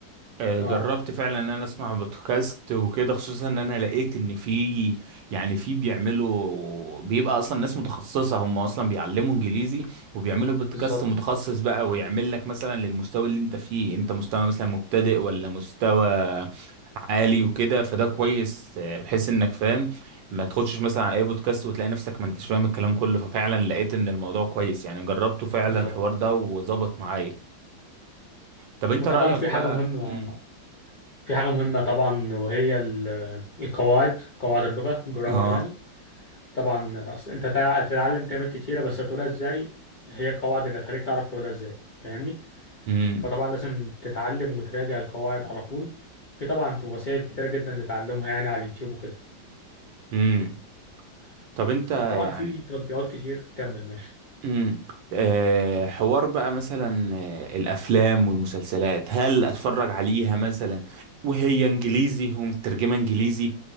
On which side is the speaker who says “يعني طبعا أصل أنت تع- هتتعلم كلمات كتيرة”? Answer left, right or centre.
Left